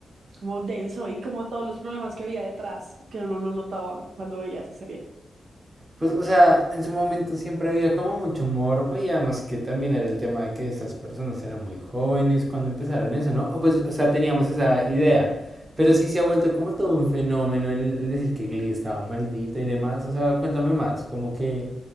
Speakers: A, on the right; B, on the right.
A: como denso y como todos los problemas que había detrás, que uno no notaba cuando veía esa serie.
B: Pues, o sea, en su momento siempre había como mucho morbo y además que también era el tema de que estas personas eran muy jóvenes cuando empezaron eso, ¿no? O pues, o sea, teníamos esa idea. Pero sí se ha vuelto como todo un fenómeno el, el decir que Glee estaba maldito y demás. O sea, cuéntame más, como que,